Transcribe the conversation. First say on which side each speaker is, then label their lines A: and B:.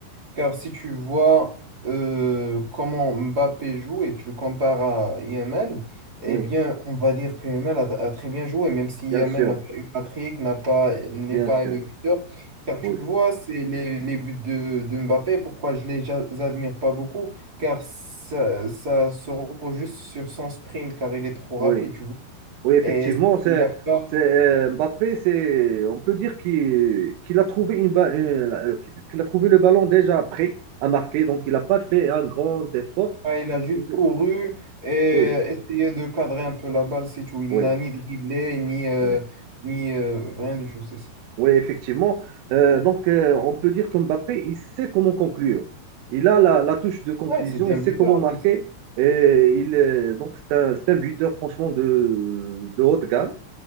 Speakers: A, on the right (about 25°); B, on the right (about 85°).
A: Car si tu vois euh, comment Mbappé joue et tu le compares à Yamal, eh
B: Oui,
A: bien, on va dire que Yamal a, a très bien joué, même si
B: bien
A: Yamal
B: sûr,
A: n'a pas eu Patrick, n'a pas, n'est
B: bien
A: pas
B: sûr.
A: le buteur. Car
B: Oui,
A: tu vois, c'est les, les buts de, de Mbappé, pourquoi je les ja- admire pas beaucoup, car ça, ça se repose juste sur son sprint, car il est trop
B: oui.
A: rapide, tu vois.
B: Oui, effectivement,
A: Et
B: c'est,
A: il n'y a pas
B: c'est, euh, Mbappé, c'est, on peut dire qu'il qu'il a trouvé une, ba- euh, la- qu'il qu'il a trouvé le ballon déjà prêt à marquer, donc il n'a pas fait un grand effort.
A: Ah, il a juste
B: Il-
A: couru et
B: Oui,
A: essayé de cadrer un peu la balle, c'est tout. Il
B: oui,
A: n'a ni dribblé, ni, euh,
B: oui,
A: ni euh, rien du tout, c'est ça.
B: oui, effectivement. Euh, donc, euh, on peut dire que Mbappé, il sait comment conclure. Il a la, la touche de conclusion,
A: Ouais, c'est
B: il
A: un
B: sait
A: buteur,
B: comment marquer.
A: Louis.
B: Et il est- donc, c'est un, c'est un buteur, franchement, de, de haute gamme.